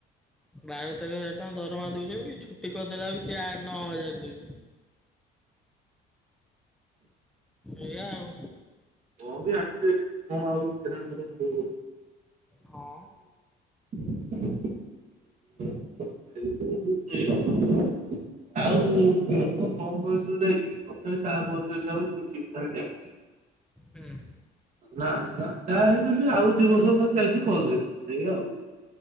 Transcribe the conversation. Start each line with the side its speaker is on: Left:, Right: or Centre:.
Centre: ବାର ତାରିଖ ତାଙ୍କ ଦରମା ଦଉଛନ୍ତି କି ଛୁଟି କରିଦେଲା ବେଳକୁ ସିଏ ଆଠ, ନଅ ହଜାର ଦେବେ। ଏଇଆ ଆଉ।
Right: କଣ ବି ଆସିିକି ଏଠି କଣ ଆଉ ସେ ଛେନା ଗୁଡ କରିବେ।
Centre: ହଁ।
Right: <unintelligible> ଆଉ <unintelligible> କମ ବୟସରୁୁ ଯାଇଛି କି ତଥାପି ତା ବୟସ ହିସାବରେ ସେ ଠିକ୍ ଠାକ୍ ଯାଇଛି।
Centre: ହୁଁ
Right: ନା ନା ଯାହାହେଲେ ବି ଆଉ ଦି ବର୍ଷ ପରେ ଯାଇଥିଲେ ଭଲ ହେଇଥାଆନ୍ତ ଏଇଆ ଆଉ।